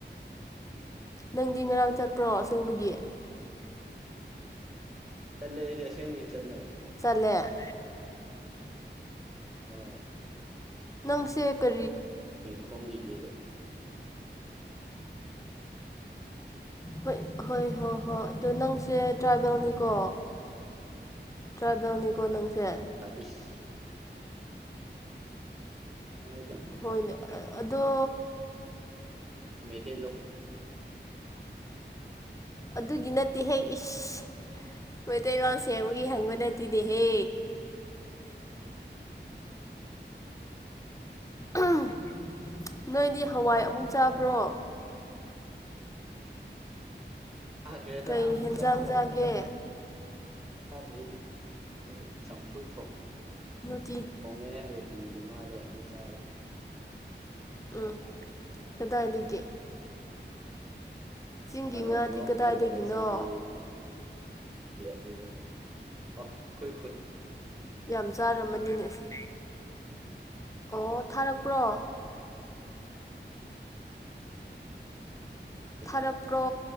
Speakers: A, on the left; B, on the right.
A: ꯅꯪꯗꯤ ꯉꯔꯥꯡ
B: ꯑ
A: ꯆꯠꯄ꯭ꯔꯣ ꯑꯁꯦꯡꯕꯒꯤ
B: ꯆꯂꯦꯗꯤ ꯑꯁꯦꯡ ꯃꯤ ꯆꯠꯂꯦ
A: ꯆꯂꯦ ꯑꯣ
B: ꯍꯣꯏ
A: ꯅꯪꯁꯦ ꯀ
B: ꯑꯩ ꯈꯣꯡꯒꯤꯜꯂꯤꯒ
A: ꯍꯣꯏ ꯍꯣꯏ ꯍꯣꯏ ꯍꯣꯏ ꯑꯗꯨꯣ ꯅꯪꯁꯦ ꯇ꯭ꯔꯥꯏꯕꯦꯜꯅꯤꯀꯣ ꯇ꯭ꯔꯥꯏꯕꯦꯜꯅꯤꯀꯣ ꯅꯪꯁꯦ
B: ꯑ ꯏꯁ ꯍꯣꯏꯗꯤ
A: ꯍꯣꯏꯅꯦ ꯑꯗꯣ
B: ꯃꯦꯇꯩ ꯂꯣ
A: ꯑꯗꯨꯒꯤ ꯅꯠꯇꯦ ꯍꯦꯛ ꯏꯁ ꯃꯣꯏꯇꯩꯒꯜ ꯁꯦꯡꯕꯒꯤ ꯍꯪꯕ ꯅꯠꯇꯦꯅꯦꯍꯦ <unintelligible> ꯅꯣꯏꯗꯤ ꯍꯋꯥꯏ ꯑꯃꯨꯛ ꯆꯥꯕ꯭ꯔꯣ
B: ꯆꯥꯈ꯭ꯔꯦꯗ
A: ꯀꯩ
B: ꯑꯃꯨꯛ
A: ꯍꯦꯟꯖꯥꯡ
B: ꯆꯥꯕ꯭ꯔꯥ
A: ꯆꯥꯒꯦ
B: ꯑꯃꯨꯛ ꯆꯗ꯭ꯔꯗꯤ ꯆꯝꯐꯨ ꯊꯣꯛꯣꯡ
A: ꯎ
B: ꯍꯣꯡꯉꯦ ꯑꯗꯨ ꯅꯨꯡꯒꯤ ꯉꯥꯗ ꯑꯗꯨ ꯆꯥꯔꯦ
A: ꯎꯝ ꯐꯦꯗꯥꯗꯒꯤꯒꯦ ꯆꯤꯡꯒꯤ
B: ꯑꯗꯣ
A: ꯉꯥꯗꯤ
B: ꯃꯣꯔꯣꯛ
A: ꯀꯗꯥꯏꯗꯒꯤꯅꯣ
B: ꯃꯦꯜꯂꯒ ꯆꯥꯔꯦ ꯑꯗꯨꯒ ꯑ ꯑꯩꯈꯣꯏ ꯈꯨ
A: ꯌꯥꯝ ꯆꯥꯔꯝꯃꯅꯤꯅꯦꯁ ꯑꯣ ꯊꯥꯔꯛꯄ꯭ꯔꯣ ꯊꯥꯔꯛꯄ꯭ꯔꯣ
B: ꯊꯥꯔꯛꯄꯅꯦ